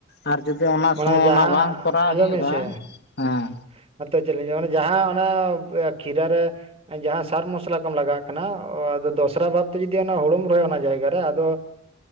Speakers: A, on the left; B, on the right.
A: ᱟᱨ ᱡᱩᱫᱤ ᱚᱱᱟ
B: ᱢᱟᱱᱮ
A: ᱥᱚᱢᱚᱭ
B: ᱡᱟᱦᱟᱸ
A: ᱚᱱᱟ ᱵᱟᱝ ᱠᱚᱨᱟᱣ
B: ᱟᱸᱡᱚᱢ
A: ᱦᱩᱭᱩᱜᱼᱟ
B: ᱵᱤᱱ ᱥᱮ
A: ᱦᱮᱸ
B: <unintelligible> ᱢᱟᱱᱮ ᱡᱟᱦᱟᱸ ᱚᱱᱟ ᱠᱷᱤᱨᱟ ᱨᱮ ᱡᱟᱦᱟᱸ ᱥᱟᱨ ᱢᱚᱥᱞᱟ ᱠᱚᱢ ᱞᱟᱜᱟᱜ ᱠᱟᱱᱟᱫᱚ ᱫᱚᱥᱨᱟ ᱵᱷᱟᱵᱛᱮ ᱡᱩᱫᱤ ᱚᱱᱟ ᱦᱩᱲᱩᱢ ᱨᱚᱦᱚᱭ ᱚᱱᱟ ᱡᱟᱭᱜᱟᱨᱮ ᱟᱫᱚ